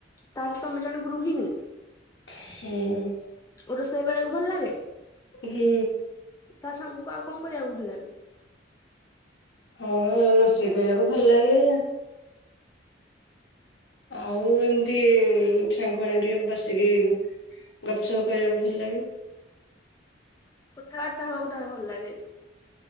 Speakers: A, on the left; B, on the left.
A: ତାହେଲେ ତମେ ଜଣେ ଗୃହିଣୀ।
B: ହୁଁ।
A: ରୋଷେଇ କରିବାକୁ ଭଲ ଲାଗେ।
B: ହୁଁ।
A: ତା ସାଙ୍ଗକୁ ଆଉ କଣ କରିବାକୁ ଭଲ ଲାଗେ।
B: ହଁ ରୋଷେଇ କରିବାକୁ ଭଲ ଲାଗେ। ଆଉ ଏମିତି ସାଙ୍ଗ ମାନଙ୍କ ଟିକେ ବସିକି। ଗପସପ କରିବାକୁ ଭଲ ଲାଗେ।
A: କଥା ବାର୍ତ୍ତା ହବାକୁ ତାହେଲେ ଭଲ ଲାଗେ।